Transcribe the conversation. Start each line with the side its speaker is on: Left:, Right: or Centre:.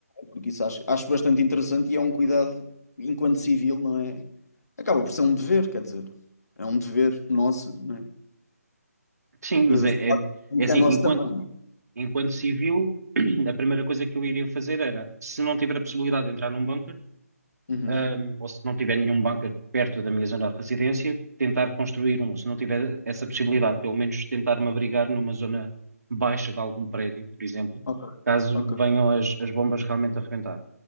Left: Porque isso acho, acho bastante interessante e é um cuidado, enquanto civil, não é? Acaba por ser um dever, quer dizer. É um dever nosso, não é?
Right: sim,
Left: Eh,
Right: mas é, é, é assim,
Left: que é nosso
Right: enquanto,
Left: também.
Right: enquanto civil, <clears throat> a primeira coisa que eu iria fazer era, se não tiver a possibilidade de entrar num banco,
Left: Uhum.
Right: um, ou se não tiver nenhum bunker perto da minha zona de residência, tentar construir um. Se não tiver essa possibilidade, pelo menos tentar me abrigar numa zona baixa de algum prédio, por exemplo,
Left: Ok.
Right: caso
Left: Ok.
Right: venham as, as bombas realmente a reventar.